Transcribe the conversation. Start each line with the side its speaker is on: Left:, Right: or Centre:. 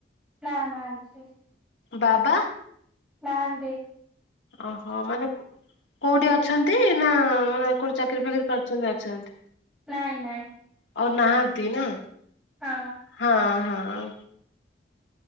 Centre: ନା ନା ସେ
Left: ବାବା।
Centre: ନାହାନ୍ତି।
Left: ଓହୋ ମାନେ କଉଠି ଅଛନ୍ତି ନା ମାନେ କଉଠି ଚାକିରି ଫାକିରି କରିଚନ୍ତି ଅଛନ୍ତି
Centre: ନାଇଁ ନାଇଁ
Left: ଆଉ ନାହାନ୍ତି ନା।
Centre: ହଁ
Left: ହଁ ହଁ